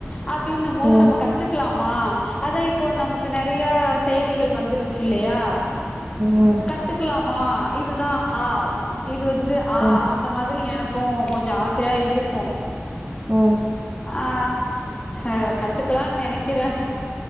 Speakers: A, on the left; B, on the right.
A: அப்டின்னும் போது
B: ம்
A: நம்ம கத்துக்கலாமா அதான் இப்போ நமக்கு நறையா செயலிகள் வந்துருச்சு இல்லையா
B: ம்
A: கத்துக்கலாமா இதுதான் ஆ இ வந்து ஆ
B: ம்
A: அந்த மாதிரி எனக் போம் கொஞ்சம் ஆசையா இருக்கும்
B: ம்
A: ஆ ஏதோ கத்துக்கலாம்ன்னு நெனைக்கிறேன்